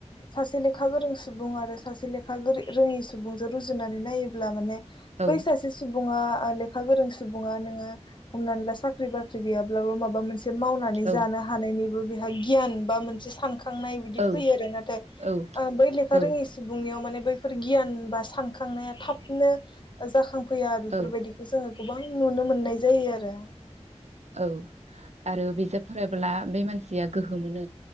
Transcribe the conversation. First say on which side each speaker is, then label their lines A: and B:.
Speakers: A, on the left; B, on the right.
A: सासे लेखा गोरों सुबुं आरो सासे लेखा गोरि रोङि सुबुं रुजुनानै नायोब्ला माने
B: औ
A: बै सासे सुबुङा लेखा गोरों सुबुङा नोङो हमनानै ला साख्रि बाख्रि गैयाब्लाबो माबा मोनसे मावनानै
B: औ
A: जानो हानायनि गियान बा मोनसे सानखा खांनाय बिदि
B: औ
A: फैयो आरो नाथाय
B: औ
A: बै लेखा
B: औ
A: रोङै सुबुंनियाव माने बै फोर गियान बास सानखांनाया थाबनो जाखांफैया बेफोरबायदिखौ
B: औ
A: जोङो गोबां नुनो मोननाय जायो आरो
B: औ आरो बिजाब फरायब्ला बे मानसिया गोहो मोनो